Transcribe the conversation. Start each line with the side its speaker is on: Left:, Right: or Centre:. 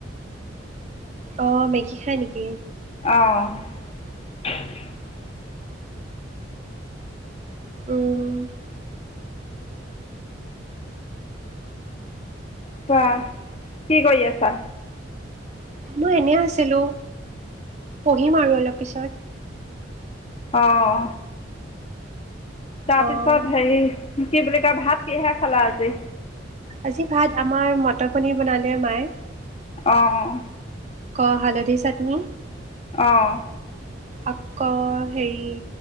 Right: আহ মেগী খাই নেকি
Left: অঁ <unintelligible>
Right: উমম
Left: কোৱা কি কৰি আছা?
Right: মই এনে আছিলো পঢ়িম আৰু অলপ পিছত
Left: আহ তাৰপিছত
Right: অ'
Left: হেৰি কি বুলি ক তই ভাত কিহে খালা আজি?
Right: আজি ভাত আমাৰ মটৰ পনীৰ বনালে মায়ে
Left: আহ
Right: ক হালধি ছাতনি
Left: আহঁ
Right: আক হেৰি